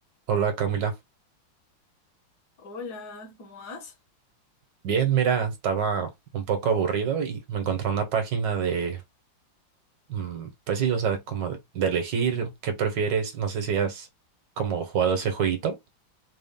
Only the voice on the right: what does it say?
Hola Camila.
Bien, mira, estaba un poco aburrido y me encontré una página de, mm, pues sí, o sea, como de de elegir qué prefieres. No sé si has como jugado ese jueguito.